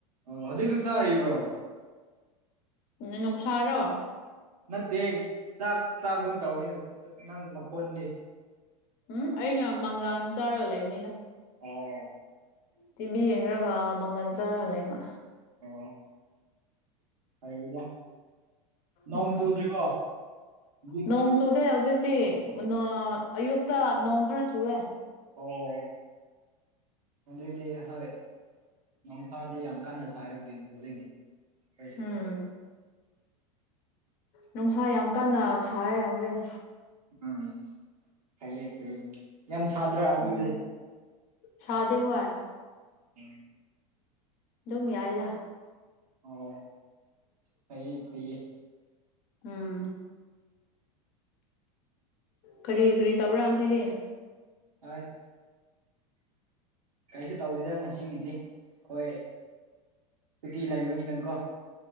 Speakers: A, on the right; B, on the left.
A: ꯑꯣ ꯍꯧꯖꯤꯛꯁꯨ ꯆꯥꯔꯤꯕ꯭ꯔꯣ
B: ꯅꯨꯡꯁꯥꯔꯣ
A: ꯅꯠꯇꯦ ꯆꯥꯛ ꯆꯥꯒꯨꯝ ꯇꯧꯋꯤꯅ ꯅꯪ ꯃꯈꯣꯟꯗꯤ
B: ꯍꯨꯡ ꯑꯩꯅ ꯃꯪꯒꯥꯟ ꯆꯥꯔꯒ ꯂꯩꯕꯅꯤꯅ
A: ꯑꯣ
B: ꯇꯤ ꯚꯤ ꯌꯦꯡꯔꯒ ꯃꯪꯒꯜ ꯆꯥꯔꯛ ꯂꯩꯕ
A: ꯑꯣ ꯐꯩꯗ ꯅꯣꯡ
B: ꯎꯝ
A: ꯆꯨꯗ꯭ꯔꯤꯕꯣ ꯍꯨꯖꯤꯛ
B: ꯅꯣꯡ ꯆꯨꯗꯦ ꯍꯧꯖꯤꯛꯇꯤ ꯅꯣ ꯑꯌꯨꯛꯇ ꯅꯣꯡ ꯈꯔ ꯆꯨꯏꯑꯦ
A: ꯑꯣ ꯑꯗꯨꯏꯗꯤ ꯍꯣꯏ ꯅꯣꯡꯁꯥꯗꯤ ꯌꯥꯝ ꯀꯟꯅ ꯁꯥꯏ <unintelligible> ꯍꯧꯖꯤꯛꯇꯤ ꯑꯩꯈꯣꯏꯁꯨ
B: ꯎꯝ ꯅꯨꯡꯁꯥ ꯌꯥꯝ ꯀꯟꯅ ꯁꯥꯏ ꯍꯧꯖꯤꯛ
A: ꯎꯝ ꯐꯩꯌꯦ ꯐꯩꯌꯦ ꯌꯥꯝ ꯁꯥꯗ꯭ꯔꯥ ꯑꯗꯨꯗꯤ
B: ꯎꯝ ꯁꯥꯗꯦ ꯍꯣꯏ
A: <unintelligible> <inaudible>
B: ꯗꯨꯝ ꯌꯥꯏꯗ
A: ꯑꯣ ꯐꯩꯌꯦ ꯐꯩꯌꯦ
B: ꯎꯝ ꯀꯔꯤ ꯀꯔꯤ ꯇꯧꯕ꯭ꯔ ꯉꯁꯤꯗꯤ
A: <unintelligible> ꯀꯩꯁꯨ ꯇꯧꯗꯦꯗ ꯉꯁꯤꯒꯤꯗꯤ ꯈꯣꯏ ꯁꯨꯇꯤ ꯂꯩꯕꯒꯤꯅꯀꯣ